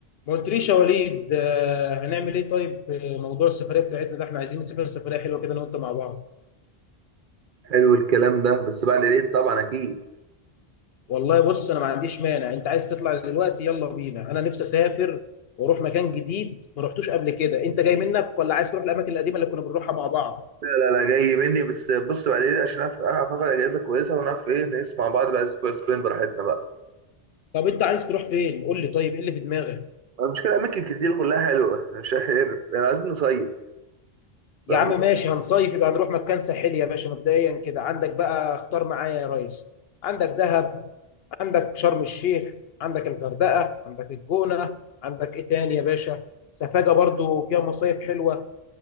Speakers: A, on the left; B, on the right.
A: ما قلتليش يا وليد آه، هنعمل ايه طيب في موضوع السفريه بتاعتنا ده احنا عايزين نسافر سفريه حلوه كده انا وانت مع بعض
B: حلو الكلام ده بس بعد العيد طبعا اكيد
A: والله بص انا ما عنديش مانع انت عايز تطلع دلوقتي يلا بينا انا نفسي اسافر واروح مكان جديد ما رحتوش قبل كده انت جاي منك ولا عايز تروح الاماكن القديمه اللي كنا بنروحها مع بعض
B: لا لا لا جاي مني بس بص بعد العيد عشان اعرف أعرف اخد اجازه كويسه ونعرف ايه نقيس مع بعض بقى اسبوع اسبوعين براحتنا بقى
A: طب انت عايز تروح فين قول لي طيب ايه اللي في دماغك
B: المشكله اماكن كتير كلها حلوه <laughs> مش عارف يعني عايزين نصيف فممكن
A: يا عم ماشي هنصيف يبقى هنروح مكان ساحلي يا باشا مبدئيا كده عندك بقى اختار معايا يا ريس عندك دهب عندك شرم الشيخ عندك الغردقه عندك الجونه عندك ايه تاني يا باشا سفاجه برضو فيها مصايف حلوه